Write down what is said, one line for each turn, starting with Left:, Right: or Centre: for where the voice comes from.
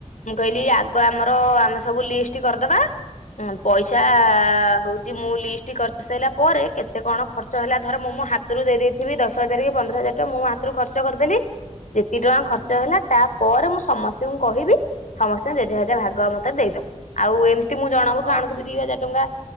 Left: ମୁଁ କହିଲି ଆଗ ଆମର ଆମେ ସବୁ ଲିଷ୍ଟ କରିଦ ପଇସା ହଉଛି ମୁଁ ଲିଷ୍ଟ କରିସାରିଲା ପରେ କେତେ କଣ ଖର୍ଚ୍ଚ ହେଲା ଧର ମୁଁ ମୁ ହାତରୁ ଦେଇେଇଥିବି ଦଶ ହଜାର କି ପନ୍ଦର ହଜାର ଟଙ୍କା ମୁଁ ହାତରୁ ଖର୍ଚ୍ଚ କରିଦେଲି ଯେତି ଟଙ୍କା ଖର୍ଚ୍ଚ
Right: ହୁଁ
Left: ହେଲା ତା ପରେରେ ମୁଁ ସମସ୍ତଙ୍କୁ କହିବି। ସମସ୍ତେ ଜେଝାଯେଝା ଭାଗ ମତେ ଦେଇଦବ ଆଉ ଏମିତି ମୁଁ ଜଣଙ୍କଠୁ
Right: ହଁ
Left: ଆଣୁଥିବି
Right: ଠିକ
Left: ଦି ହଜାର ଟଙ୍କା